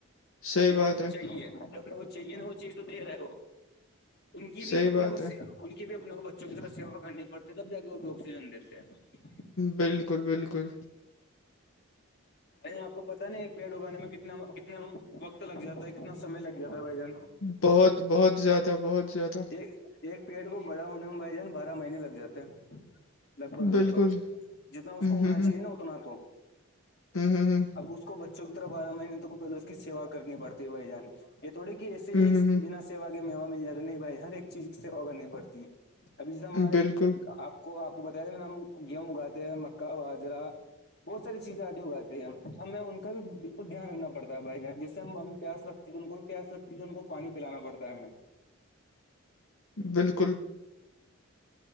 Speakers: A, on the left (about 75°); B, on the left (about 50°).
A: صحیح
B: جو
A: بات
B: اپنے خ
A: ہے
B: چاہیے جو اپنے خ چاہیے نا وہ چیز تو دے رہے ہو کی بھی
A: صحیح
B: اپنے
A: بات
B: کو
A: ہے
B: ان کی بھی اپنے کو بچوں کی طرح سیوا کرنی پڑتی تب جا کے وہ بھی آکسیجن دیتے ہیں
A: بالکل بالکل
B: ا آپ کو پتا نہیں ایک پیڑ اگانے میں کتنے تنا اتنا وقت لگ جاتا ہے کتنا سمے لگ جاتا ہے بھائی جان
A: بہت بہت زیادہ بہت زیادہ
B: ایک ایک پیریڈ کو بڑا ہونے میں بھائی جان بارہ مہینے لگ جاتے ہے لگ بھگ لگ
A: بالکل،
B: بھگ جتنا اس
A: اُوں
B: کو ہونا
A: ہوں،
B: چاہیے نا اتنا تو
A: ہوں ہوں ہوں
B: اب اس کو بچوں کی طرف بارہ مہینے تک پہلے اس کی سیا کرنی پڑتی بھائی جان یہ تھوڑے کہ ایسے
A: اُوں
B: ہی
A: ہوں،
B: بنا سیا کے م ہووا مل جاتا نہیں بھائی ہر ایک چیز کی سیوا کرنی پڑتی ہے اب جیسے ہمارے
A: ہوں، بالکل،
B: آپ کو آپ کو بتایا دے میںا ہم گیہوں اگاتے ہیں مکا واجرا بہت ساری چیزیں آد اگات ہیں ہمیں ان کا بھی بالکل دھیان رکھنا پڑتا ہے بھائی ج جسے ہمیں پیاس لگتی ہے تو ان کو پس لگتی ان کو پانی پلا پڑتا ہے ہمیں
A: بالکل